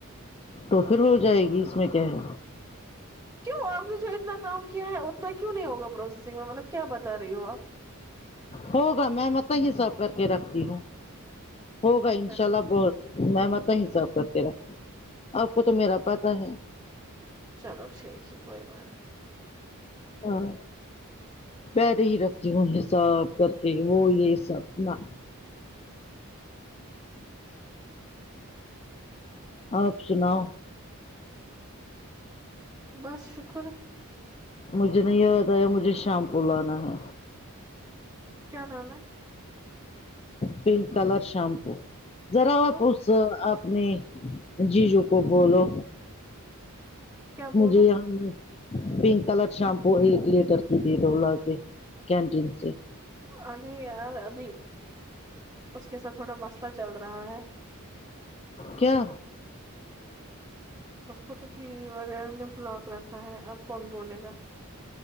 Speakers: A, on the left (about 25°); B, on the right (about 20°).
A: تو پھر ہو جائے گی اس میں کیا ہے
B: کیوں آپ نے جو اتنا کام کیا ہے اتنا کیوں نہیں ہوا پروسیسنگ میں مطلب کیا بتا رہی ہو آپ
A: ہوگا میں مت ہی سب کر کے رکھتی ہوں ہوگا
B: اچھا
A: انشاء اللہ بہت میں متا حساب کرکے رکھتی ہوں آپ کو تو میرا پتاہ ہے
B: چلو ٹھیک ہیں کوئی بات
A: ہاں پیرے ہی رکھتی ہوں حساب کر کے وہ یہ سب نہ آپ سناؤ
B: بس شکر
A: مجھے نہیں یاد آیا مجھے شیمپو لانا ہے
B: کیا نام ہے
A: پنک کلر شیمپو ذرا
B: کیوں
A: وہ پہچ زا اپنے جیجو کو بولو
B: کیا بولو
A: مجھے یہ پنک کلر شیمپو ایک لیٹر کی ٹل <unintelligible> لا دے کینٹین سے
B: ابھی یار ابھی اس کے ساتھ تھوڑا مسئلہ چل رہا ہے
A: کیا
B: اس کو تو فیور ہے بلاک رکھا ہے اب کون بولے گا